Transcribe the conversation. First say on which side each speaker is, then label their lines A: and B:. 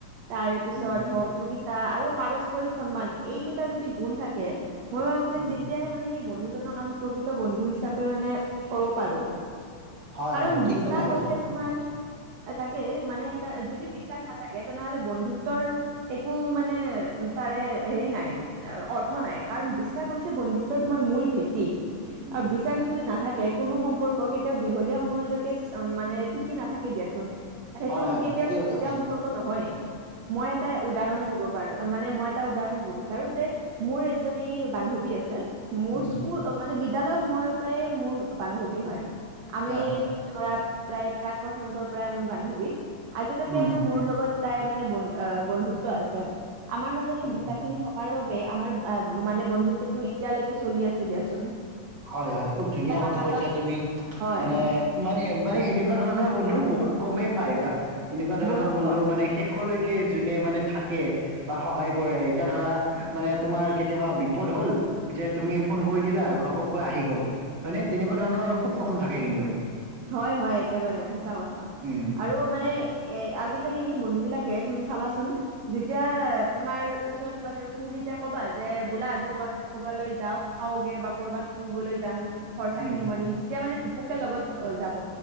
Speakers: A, on the right; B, on the right.
A: তাৰ পিছত
B: উম
A: সহযোগিতা আৰু পাৰস্পৰিক সন্মান এইকেইটা যদি গুণ থাকে মই ভাবো যে
B: উম
A: তেতিয়াহে মানে সেই বন্ধুজনক আমি প্ৰকৃত বন্ধু হিচাপে মানে কৰ পাৰো।
B: হয়
A: কাৰণ
B: হয় ঠিক
A: বিশ্বাস
B: কথা কৈছা
A: হৈছে তোমাৰ তাকে মানে ইকা যদি বিশ্বাস নাথাকে তেনেহ'লে বন্ধুত্বৰ একো মানে তাৰে হেৰি নাই অৰ্থ নাই কাৰণ বিশ্বাস হৈছে বন্ধুত্ব তোমাৰ মূল ভেঁটি।
B: উম
A: আৰু বিশ্বাস যদি নাথাকে কোনো সম্পৰ্ক এতিয়াও দীঘলীয়া সময়লৈকে মানে ঠিক সি নাথাকে দিয়াচোন সেইটো
B: হয় হয়
A: কেতিয়াও
B: ঠিকেই কথা কৈছা
A: সম্পৰ্ক নহয়ে। মই এটা উদাহৰণ দিব পাৰো মানে মই এটা উদাহৰণ দিব বিচাৰো যে মোৰ এজনী বান্ধৱী আছে। মোৰ
B: উম
A: স্কুল মানে বিদ্যালয় সময়ৰ পৰাই মোৰ বান্ধৱী হয়। আমি
B: হয়
A: ধৰা প্ৰায় প্ৰাক প্ৰাথমিকৰ পৰাই আমি বান্ধৱী আজিলৈকে
B: উম
A: মোৰ লগত তাই মানে অ বন্ বন্ধুত আছে আমাৰ মাজত সেই
B: উম
A: বিশ্বাস খিনি থকাৰ বাবে আমাৰ অ মানে বন্ধুত্বতো এতিয়ালৈকে চলি আছে, দিয়াচোন।
B: হয় হ, য় খুব ধুনীয়া
A: আমাৰ
B: কথা
A: মাজত
B: কৈছা তুমি
A: হয়
B: মানে, মানে মানে এনেকুৱা ধৰণৰ বন্ধু বহুত কমেই পাই বা এনেকুৱা ধৰণৰ
A: বহুত
B: বন্ধু
A: কম
B: মানে শেষলৈক কে যোনে মানে থাকে বা সহায় কৰে এতিয়া ধৰা মানে তোমাৰ কেতিয়াবা বিপদ হ'ল যে তুমি ফোন কৰি দিলা ঘপককৈ আহি গ'ল। হয়নে? তেনেকুৱা ধৰণৰ খুব কম থাকে কিন্তু।
A: হয়। হয়। একেবাৰে সঁচা কথা
B: উম
A: আৰু মানে এ আজি -কালি বন্ধু বিলাকে তুমি চাবাচোন যেতিয়া তোমাৰ ওচৰত কিবা থাকিব তুমি যেতিয়া কবা যে এ বোলা আজি ক'ৰবাত ক'বালৈ যাওঁ, খাওঁগে বা ক'ৰবাত ফুৰিবলৈ যাম খৰচা
B: উম
A: খিনি মই দিম তেতিয়া মানে ঘুপুকে লগত যাব